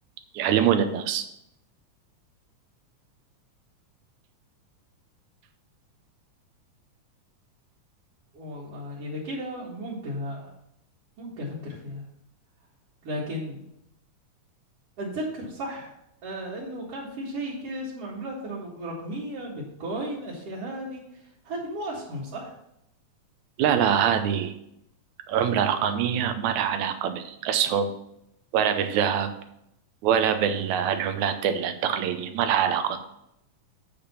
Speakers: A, on the right; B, on the right.
A: يعلمون الناس
B: والله اذا كذا ممكن ممكن افكر فيها لكن اتذكر صح آه انه كان في شيء كده اسمه عملات رق- رقمية بيتكوين اشياء هذه هذه مو اسهم صح
A: لا لا هذه عملة رقمية ما لها علاقة بالأسهم ولا بالذهب ولا بالعملات التقليدية ما لها علاقة